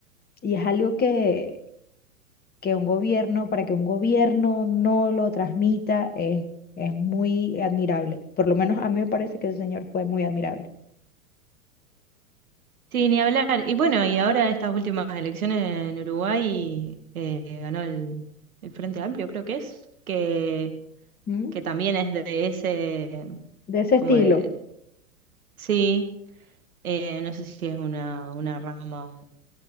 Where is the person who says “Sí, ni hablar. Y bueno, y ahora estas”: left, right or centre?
Right